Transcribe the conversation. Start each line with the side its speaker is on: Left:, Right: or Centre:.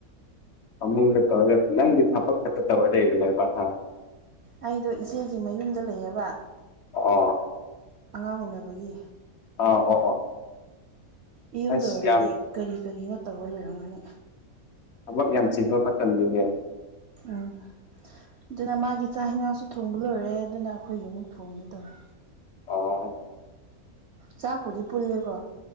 Left: ꯐꯃꯨꯡꯗ <unintelligible> ꯅꯪꯗꯤ ꯊꯕꯛ ꯈꯛꯇ ꯇꯧꯔ ꯂꯩꯕꯅꯦꯕ ꯍꯥ
Right: ꯑꯩꯗꯣ ꯏꯆꯦꯒꯤ ꯃꯌꯨꯝꯗ ꯂꯩꯌꯦꯕ
Left: ꯑꯣ
Right: ꯑꯉꯥꯡ ꯎꯅꯕꯒꯤ
Left: ꯑꯥ ꯑꯣ ꯑꯣ
Right: ꯏꯌꯨꯝꯗ
Left: ꯑꯁ
Right: ꯑꯣꯏꯔꯗꯤ
Left: ꯌꯥꯝ
Right: ꯀꯔꯤ ꯀꯔꯤꯅꯣ ꯇꯧꯔ ꯂꯩꯔꯝꯒꯅꯤ
Left: ꯊꯕꯛ ꯌꯥꯝ ꯆꯤꯟꯕ ꯃꯇꯝꯗꯨꯅꯦ
Right: ꯎꯝ ꯗꯨꯅ ꯃꯥꯒꯤ ꯆꯥꯛ ꯍꯤꯅꯥꯡꯁꯨ ꯊꯣꯡꯕ ꯂꯣꯏꯔꯦ ꯗꯨꯅ ꯑꯈꯣꯏꯒꯤ ꯑꯃꯨꯛ ꯊꯣꯡꯒꯦ ꯇꯧꯔꯦ
Left: ꯑ
Right: ꯆꯥꯛꯄꯨꯗꯤ ꯄꯨꯜꯂꯦꯀꯣ